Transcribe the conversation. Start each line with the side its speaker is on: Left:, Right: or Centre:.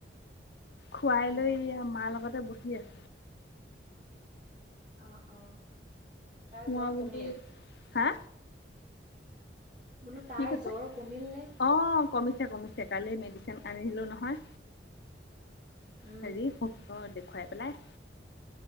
Left: খুৱাই
Right: উম,
Left: লৈ এয়া মাৰ লগতে বহি আ
Right: অ অ। তাৰ
Left: মই
Right: জ্বৰ কমিল?
Left: বোলো হা!
Right: বোলো তাইৰ
Left: কি কৈছে
Right: জ্বৰ কমিলনে?
Left: অ কমিছে কমিছে, কালি মেডিচিন আনিলো নহয়।
Right: উম।
Left: হেৰি ডাক্তৰ দেখুৱাই পেলাই।